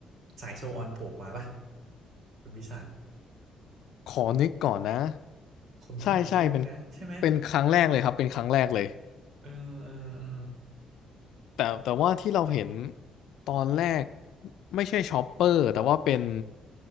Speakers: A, on the right (about 65°); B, on the left (about 80°).
A: สายโชว์ออนโผล่ออกมาป่ะคุณวิสา
B: ขอนึกก่อนนะ
A: คุณคุ้นๆนะใช่ไหม
B: ใช่ใช่เป็นเป็นครั้งแรกเลยครับเป็นครั้งแรกเลย
A: เออเออเออ
B: แต่แต่ว่าที่เราเห็นตอนแรกไม่ใช่ชอปเปอร์แต่ว่าเป็น